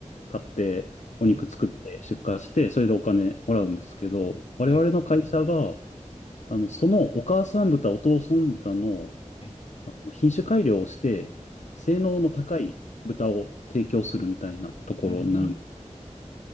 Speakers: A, on the left; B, on the left.
A: 買って、お肉作って出荷して、
B: うんうん。
A: それでお金もらうんですけど、我々の会社が、
B: はい。
A: あの、そのお母さん豚、お父さん豚の
B: はい。
A: 品種改良をして、性能の高い豚を提供するみたいなところになる
B: うん。